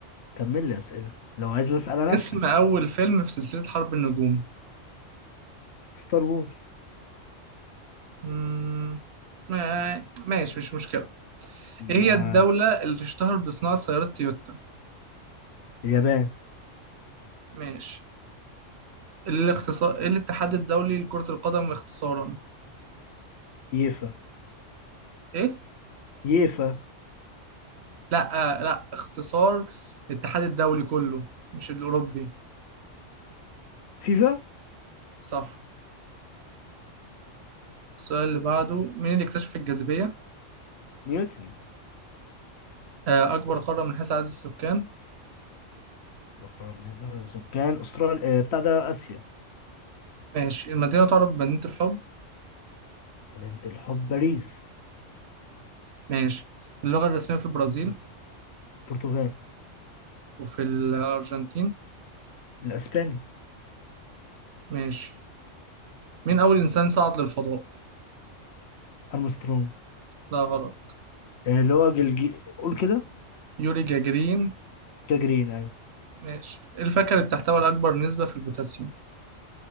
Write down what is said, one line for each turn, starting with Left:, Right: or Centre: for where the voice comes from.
Left: كمل لي أسئلة لو عايز نسأل أنا
Right: اسم
Left: أسأل
Right: أول فيلم في سلسلة حرب النجوم
Left: ستار وورز
Right: مم. ما- ماشي مش مشكلة ايه
Left: ما-
Right: هي الدولة اللي تشتهر بصناعة سيارات تويوتا؟
Left: اليابان
Right: ماشي الاختصار ايه الاتحاد الدولي لكرة القدم اختصارا؟
Left: ييفا
Right: ايه؟
Left: ييفا
Right: لا آه، لا اختصار الاتحاد الدولي كله مش الأوروبي
Left: فيفا
Right: صح السؤال اللي بعده مين اللي اكتشف الجاذبية؟
Left: نيوتن
Right: آه، أكبر قارة من حيث عدد السكان
Left: القرن هذا سكان استراليا آه، بتاع ده اسيا
Right: ماشي المدينة تعرف بمدينة الحب
Left: مدينة الحب باريس
Right: ماشي اللغة الرسمية في البرازيل
Left: برتغال
Right: وفي الأرجنتين
Left: الاسباني
Right: ماشي مين أول إنسان صعد للفضاء؟
Left: ارمسترونج
Right: لا غلط
Left: آه، اللي هو جلجي قول كده
Right: يوري جاجرين
Left: كجرين ايوه
Right: ماشي الفاكهة اللي بتحتوي على أكبر نسبة في البوتاسيوم